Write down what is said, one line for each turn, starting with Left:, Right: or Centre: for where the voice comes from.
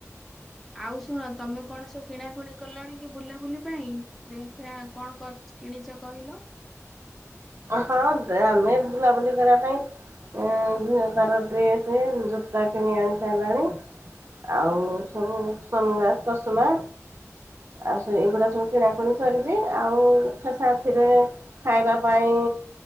Centre: ଆଉ ଶୁଣ ତମେ କଣ ସବୁ କିଣାକୁଣି କଲଣି କି ବୁଲାବୁଲି ପାଇଁ ଦେଖ କଣ କିଣିଛ କହିଲ।
Right: ହଁ ଆମେ ବୁଲାବୁଲି କରିବା ପାଇଁ ତାର ଡ୍ରେସ୍ ଜୋତା କିଣି ଆଣି ସାରିଲାଣି ଆଉ ସବୁ ସନଗାସ ଚଷମା ଆଉବ ଏଗୁଡ଼ା ସବୁ କିଣାକଣି ସରିଛି ଆଉ ସାଥିରେ ଖାଇବା। ପାଇଁ